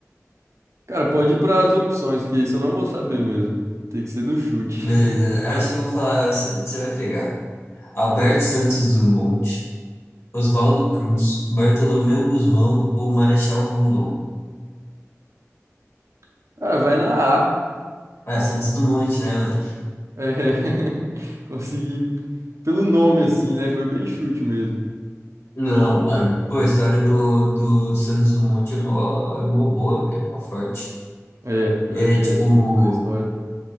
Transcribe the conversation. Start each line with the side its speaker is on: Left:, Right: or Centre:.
Right: Cara, pode ir pras opções, que isso eu não vou saber mesmo. Tem que ser no chute.
Left: Beleza, acho que eu vou falar, você você vai pegar. Alberto Santos Dumont, Oswaldo Cruz, Bartolomeu Gusmão ou Marechal Rondon?
Right: <laughs> Cara, vai na A.
Left: Ah, Santos Dumont, né, mano?
Right: É. <laughs> Consegui. Pelo nome, assim, né? Foi bem chute mesmo.
Left: Não, mano. Pô, a história do, do Santos Dumont é mó, é mó boa, velho, é mó forte.
Right: É, pior
Left: É
Right: que
Left: tipo.
Right: é, se for ver pela história.